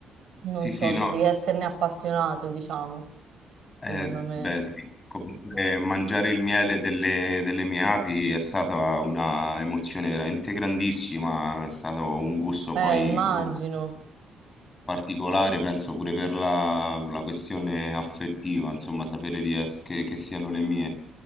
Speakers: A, on the right; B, on the left.
A: non
B: Sì, sì,
A: so
B: no.
A: se devi esserne appassionato, diciamo,
B: Eh,
A: secondo
B: beh,
A: me.
B: sì. Comunque mangiare il miele delle delle mie api è stata una emozione veramente grandissima, è stato un gusto
A: Eh,
B: poi
A: immagino,
B: comunque particolare, penso pure per la, la questione affettiva, insomma, sapere di es- che, che siano le mie.